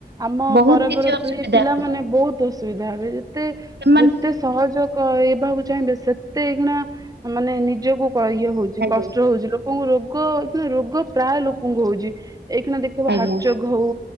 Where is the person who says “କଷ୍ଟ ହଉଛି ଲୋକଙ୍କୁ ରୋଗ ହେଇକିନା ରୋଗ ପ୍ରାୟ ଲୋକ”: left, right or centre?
Right